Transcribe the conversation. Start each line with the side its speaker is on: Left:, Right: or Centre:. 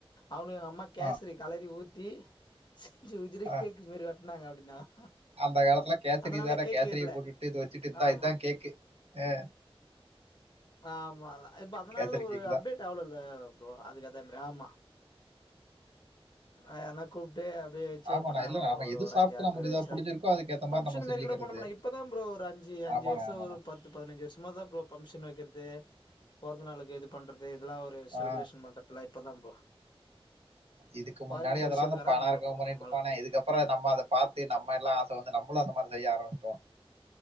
Left: அவரே அம்மா கேசரி
Right: அ,
Left: கலறி ஊத்தி செஞ்சு உதிரி
Right: அ.
Left: கேக்கு மேரி வெட்டனாங்க அப்டின்னாங்க
Right: அந்த காலத்துல கேசரி
Left: அதனால
Right: தான
Left: கேக்கு
Right: கேசரிய
Left: இல்ல
Right: போட்டுட்டு இது வச்சுட்டு இந்தா
Left: ஆமா
Right: இதான் கேக்கு ஏ
Left: ஆ ஆமா இப்ப அதனால
Right: கேசரி
Left: ஒரு
Right: கேக்கு
Left: அப்டேட்
Right: தான்.
Left: ஆவ்ள இல்ல ஃப்ரோ அதுக்கேத்த மாரியே ஆமா ஆ எனா கூப்ட்டு அப்டியே சேர்
Right: ஆமாண்ணா.
Left: பண்ணாங்களா
Right: இல்ல
Left: ஒரு
Right: நாம எது
Left: ஒரு
Right: சாப்பிட்டு
Left: அஞ்சு ஆறு
Right: நமக்கு
Left: பேர
Right: இதா
Left: வச்சு
Right: புடிச்சிருக்கோ அதுக்கேத்த மாரி
Left: பங்க்ஷன்
Right: நம்ம செஞ்சுக்கிறது.
Left: மெரிகூட பண்ண மாட்டாங்க இப்பதான் ஃபரோ ஒரு அஞ்சு ஜி அஞ்சு
Right: ஆமாண்ணே,
Left: வருஷோம்
Right: ஆமாண்ணே.
Left: ஒரு பத்து பதினஞ்சு வருஷமா தான் ஃப்ரோ பங்ஷன் வெக்கற்து பொறந்த நாளுக்குக்கு இது பண்றது இதெல்லா செலிப்ரேஷன்
Right: ஆ.
Left: பண்றதெல்ல இப்பதா ப்ரோ
Right: இதுக்கு முன்னாடி
Left: ஃபாரின் கல்ச்சருக்கு
Right: அதெல்லா
Left: வராங்க
Right: பணம்
Left: ப்ரோ
Right: இருக்கவ
Left: இப்போ
Right: பண்ணிட்டு
Left: நம்ம
Right: இருபான்ல
Left: ஆளுங்க
Right: எதுக்க அப் அப்றோ நம்ம அத பாத்து நம்ம எல்லாம் ஆச வந்து நம்ளும் அந்தமாரி செய்ய ஆரம்பிச்சிட்டோ